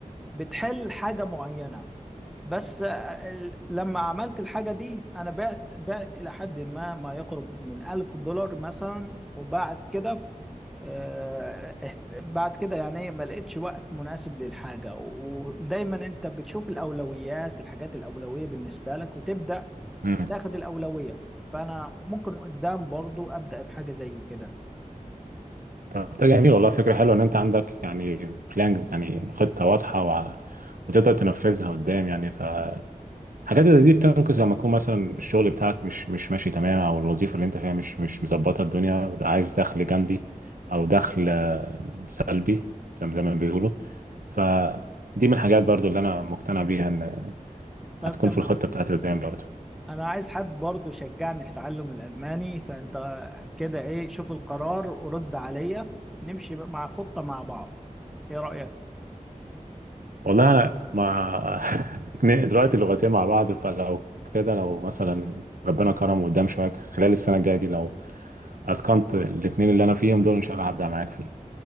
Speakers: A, in the centre; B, on the right.
A: بتحل حاجة معينة بس ال- لما عملت الحاجة دي أنا بعت بعت إلى حد ما ما يقرب من ألف دولار مثلا وبعد كده آه، اهت- بعد كده يعني إيه، ما لقيتش وقت مناسب للحاجة و- ودايما أنت بتشوف الأولويات الحاجات الأولوية بالنسبة لك وتبدأ
B: امم
A: وتاخد الأولوية فأنا ممكن قدام برضو أبدأ في حاجة زي كده
B: طب ده جميل والله فكره حلوه ان انت عندك يعني بلان يعني خطه واضحه وع- وتقدر تنفذها قدام يعني ف حاجات زي دي بتنقذ لما يكون مثلا الشغل بتاعك مش مش ماشي تمام او الوظيفه اللي انت فيها مش مش مظبطه الدنيا عايز دخل جانبي او دخل آه، سلبي زي ما زي ما بيقولوا فدي من الحاجات برضو اللي انا مقتنع بيها ان
A: طب
B: هتكون
A: تمام
B: في الخطه بتاعتي قدام برضو
A: انا عايز حد برضه يشجعني في تعلم الالماني فانت كده ايه شوف القرار ورد عليا نمشي بقى مع خطة مع بعض ايه رأيك
B: والله انا ما <laughs> اتنين- دلوقتي اللغتين مع بعض فلو كده لو مثلا ربنا كرم قدام شويه خلال السنه الجايه دي لو اتقنت الاثنين اللي انا فيهم دول ان شاء الله هبدع معاك فيه